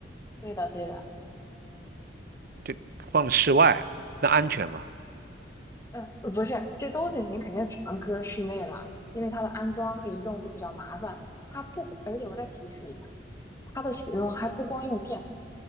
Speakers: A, on the left; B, on the right.
A: 对的对的，
B: 就放在室外，那安全吗？
A: 嗯，不是，这东西您肯定只能搁室内了，因为它的安装和移动都比较麻烦。它不，而且我再提示一下，它的使用还不光用电，